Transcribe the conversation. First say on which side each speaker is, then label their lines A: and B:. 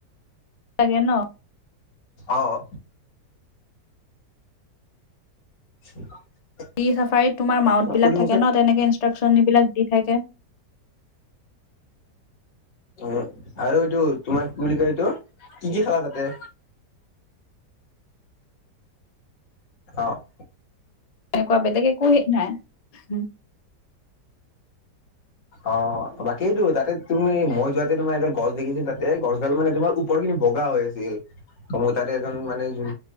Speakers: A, on the left; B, on the left.
A: লাগে ন
B: অ', <unintelligible>
A: হাতী চাফাৰীত তোমাৰ মাউতবিলাক
B: সুধিম
A: থাকে
B: যে
A: ন! তেনেকে ইনষ্ট্ৰাকশ্যনবিলাক দি থাকে।
B: অ', আৰু এইটো তোমাৰ কি বুলি কয় এইটো, কি কি খালা তাতে? অ',
A: এনেকুৱা বেলেগে একো হেৰি নাই।
B: অ', বাকী এইটো, তাতে তুমি মই যোৱাতে তোমাৰ এডাল গছ দেখিছিলোঁ। তাতে গছডাল মানে তোমাৰ ওপৰ খিনি বগা হৈ আছিল, ত' মোৰ তাতে এজন মানে যোন